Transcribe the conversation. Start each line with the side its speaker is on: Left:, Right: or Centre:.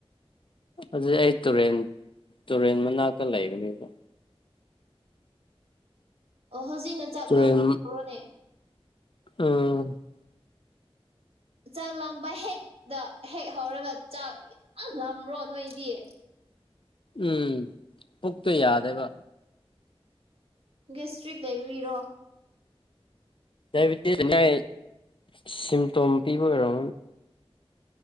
Left: ꯑꯗꯨꯗꯤ ꯑꯩ ꯇꯨꯔꯦꯟ ꯇꯨꯔꯦꯟ ꯃꯅꯥꯛꯇ ꯂꯩꯕꯅꯦꯕ
Right: ꯑꯣ ꯍꯧꯖꯤꯛꯅ ꯆꯥꯛ
Left: ꯇꯨꯔꯦꯟ
Right: ꯂꯥꯃꯧꯔꯣꯅꯦ
Left: ꯎꯝ <inaudible>
Right: ꯆꯥꯛ ꯂꯝꯕ ꯍꯦꯛꯇ ꯍꯦꯛ ꯍꯧꯔꯒ ꯆꯥꯛ ꯌꯥꯝ ꯂꯔꯣ ꯅꯣꯏꯗꯤ
Left: ꯎꯝ ꯄꯨꯈꯛꯇꯨ ꯌꯥꯗ ꯑꯦꯕ
Right: ꯁꯇ꯭ꯔꯤꯛ ꯂꯩꯕꯤꯔꯣ
Left: ꯗꯥꯏꯕꯤꯇꯤꯁꯏ ꯁꯤꯝꯇꯣꯝ ꯄꯤꯕ ꯑꯣꯏꯔꯣ